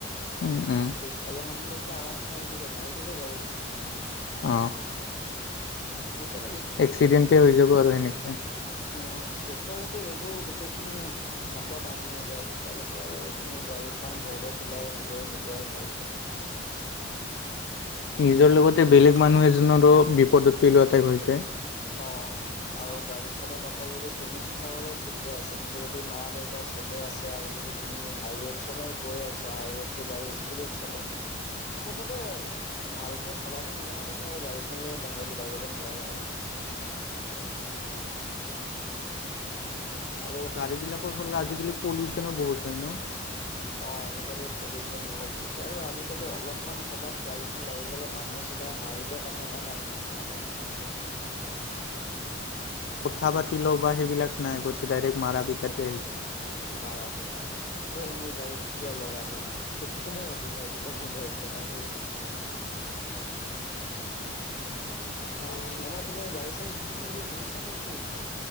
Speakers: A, on the left; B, on the left.
A: অ',
B: পিছফালৰ মানুহটোতো আম চাই আহি থাকে মাৰি দিব গাড়ীত
A: অ',
B: থাকে নে
A: এক্সিডেণ্টেই হৈ যাব আৰু সেনেকে।
B: অ' যেতিয়ালৈকে এইবোৰ গোটেইখিনি। হাতত আহি নাযায়, তেতিয়ালৈকে আৰু তুমি গাড়ীখন ৰ'দত ওলাই লৈ নোযোৱাই ভাল হ'ব।
A: নিজৰ লগতে বেলেগ মানুহ এজনৰো বিপদত পেলোৱা টাইপ হৈছে।
B: অ' আৰু গাড়ীখনত অকল যদি তুমি থাকা বাৰু ঠিকে আছে। কিন্তু যদি মা দেউতা চবে আছে আৰু যদি। তুমি হাইৱেত চলাই গৈ আছা, হাইৱেতটো গাড়ীৰ স্পীডত চলে মুঠতে। ভালকে চলাব নজানালৈকে আৰু গাড়ীখন লৈ বাহিৰত ওলাই যাব নালাগে আৰু। আৰু
A: গাড়ী বিলাকৰ ফলতে আজিকালি পলিউচনো বহুত হয় ন।
B: অ' আজিকালি পলিউঅচন বহুত বেছি আৰু আজিকালি অলপমান ক'ৰবাত গাড়ীখন লাগি গ'লে মানুহে। চিধা মাৰিবৰ কাৰণেহে নামি আহে আৰু
A: কথা পাতি লও বা সেইবিলাক নাই গোটেই ডাইৰেক্ট মাৰা পিতাতে আহি যায়।
B: মাৰৰ পিতা তই মোৰ গাড়ীত কিয় লগাবি ত। কোনে অধিকাৰ দিলে মোৰ গাড়ীত লগা বলে।
A: আৰু
B: অ' এনে তুমি গাড়ী চাড়ী শিকিম বুলি ভাবিছা নেকি?